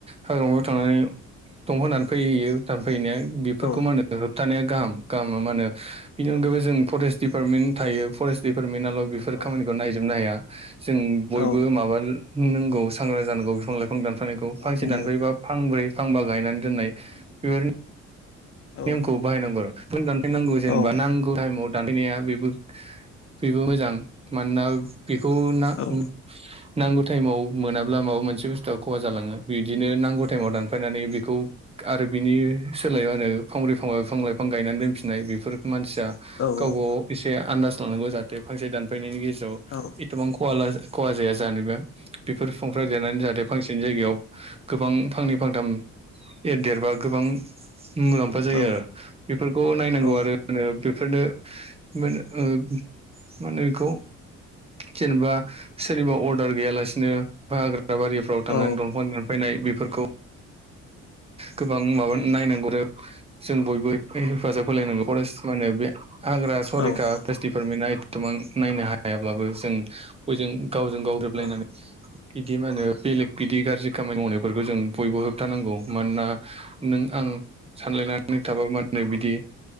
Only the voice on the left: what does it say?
औ
औ
औ
औ
औ नंगौ
औ
औ
औ
औ
औ
औ
औ
औ
औ
औ
औ